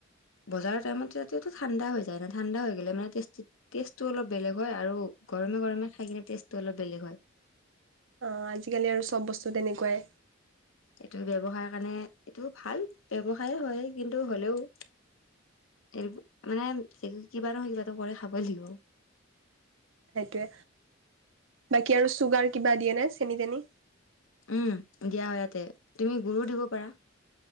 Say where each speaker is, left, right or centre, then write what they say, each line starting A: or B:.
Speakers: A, on the left (about 80°); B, on the right (about 70°).
A: বজাৰৰ টাইমত সেইটো এইটো ঠাণ্ডা হৈ যায় ন, ঠাণ্ডা হৈ গ'লে মানে টেষ্টিত টেষ্টটো অলপ বেলেগ হয়, আৰু গৰমে গৰমে খাই কিনে টেষ্টটো অলপ বেলেগ হয়।
B: অঁ, আজিকালি আৰু চব বস্তু তেনেকুৱাই।
A: এইটো ব্যৱসায় কাৰণে এইটো ভাল ব্যৱসায় হয়, কিন্তু হ'লেও এইটো মানে কিবা নহয় কিবা এটা কৰি খাবই লাগিব।
B: সেইটোৱে বাকী আৰু চুগাৰ কিবা দিয়ে নে চেনি তেনি।
A: উম, দিয়া হয় ইয়াতে তুমি, গুুৰো দিব পাৰা।